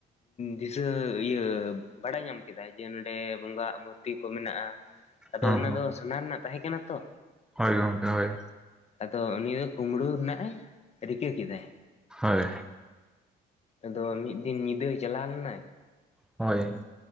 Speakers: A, on the left; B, in the centre.
A: ᱫᱤᱥᱟᱹ ᱤᱭᱟᱹ ᱵᱟᱲᱟᱭ ᱧᱟᱢ ᱠᱮᱫᱟ ᱡᱮ ᱱᱚᱸᱰᱮ ᱵᱚᱸᱜᱟᱣᱟᱜ ᱢᱩᱨᱛᱤ ᱠᱚ ᱢᱮᱱᱟᱜᱼᱟ ᱟᱫᱚ
B: ᱦᱚᱸ
A: ᱚᱱᱟ
B: ᱦᱚᱸ
A: ᱫᱚ ᱥᱚᱱᱟ ᱨᱮᱱᱟᱜ ᱛᱟᱦᱮᱸ ᱠᱟᱱᱟ ᱛᱚ
B: ᱦᱳᱭ ᱜᱚᱢᱠᱮ ᱦᱳᱭ
A: ᱟᱫᱚ ᱩᱱᱤ ᱫᱚ ᱠᱩᱳᱢᱵᱽᱲᱩ ᱨᱮᱱᱟᱜ ᱮ ᱨᱤᱠᱟᱹ ᱠᱮᱫᱟ᱾
B: ᱦᱳᱭ
A: ᱟᱫᱚ ᱢᱤᱫ ᱫᱤᱱ ᱧᱤᱫᱟᱹᱭ ᱪᱟᱞᱟᱣ ᱞᱮᱱᱟᱭ᱾
B: ᱦᱳᱭ